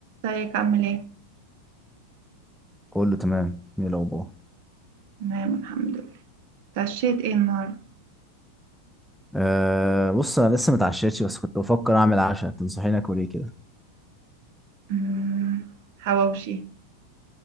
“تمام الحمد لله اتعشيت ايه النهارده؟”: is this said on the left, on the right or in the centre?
Right